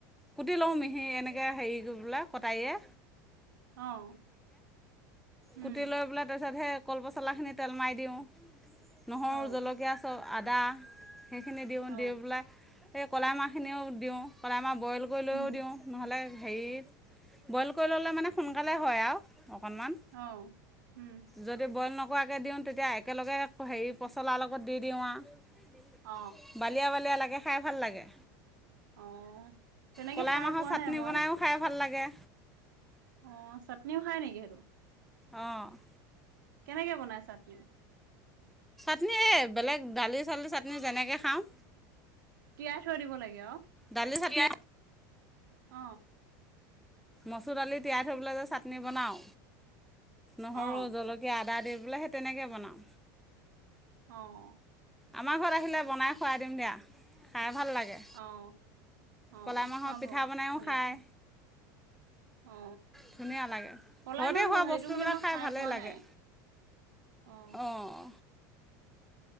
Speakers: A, in the centre; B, on the right (about 85°).
A: কুটি লওঁ মিহি এনেকে হেৰি কৰি পেলাই কটাৰীৰে
B: অ', উম।
A: কুটি লৈ পেলাই তাৰ পিছত সেই কলপচলাখিনি তেল মাৰি দিওঁ। নহৰু,
B: অ
A: জলকীয়া চ আদা। সেইখিনি দিওঁ।
B: অ
A: দি পেলাই কলাই মাহখিনিও দিওঁ। কলাইমাহ বইল কৰি লৈও
B: উম
A: দিওঁ। নহ'লে, হেৰিত। বইল কৰি ল'লে মানে সোনকালে হয় আৰু অকণমান।
B: অ উম
A: যদি বইল নকৰাকে দিওঁ। তেতিয়া একেলগে হেৰি পচলাৰ লগত দি দিওঁ আ
B: অ
A: বালিয়া বালিয়া লাগে কে খাই ভাল লাগে।
B: অ', তেনেকে
A: কলাই
B: খাই
A: মাহৰ
B: পোৱা
A: চাটনি
B: নাই মই।
A: বনায়ো খাই ভাল লাগে
B: অ', চাটনিও খাই নেকি সেইটো?
A: অ'।
B: কেনেকে বনায় চাটনি?
A: চাটনি বেলেগ দালি-চালিৰ চাটনি যেনেকৈ খাওঁ।
B: তিয়াই থৈ দিব লাগে অ'?
A: দালি থাকলে
B: অ',
A: মচুৰ দালি তিয়াই থৈ পেলাই যে চাটনি বনাওঁ! নহৰু,
B: অ',
A: জলকীয়া, আদা দি বোলে সেই তেনেকে বনাওঁ।
B: অ'।
A: আমাৰ ঘৰত আহিলে বনাই খুৱাই দিম দিয়া। খাই ভাল লাগে
B: অহ', অ',
A: কলাই মাহৰ
B: খুৱাব।
A: পিঠা বনাইও
B: ভাল
A: খায়
B: লাগি অ
A: ধুনীয়া লাগে
B: কলাই
A: ঘৰতে
B: মাহ হ'ব
A: হোৱা
B: সেইটো
A: বস্তুবিলাক
B: মানে মই খাই
A: ভালেই
B: পোৱা
A: লাগে
B: নাই। অ
A: অঁ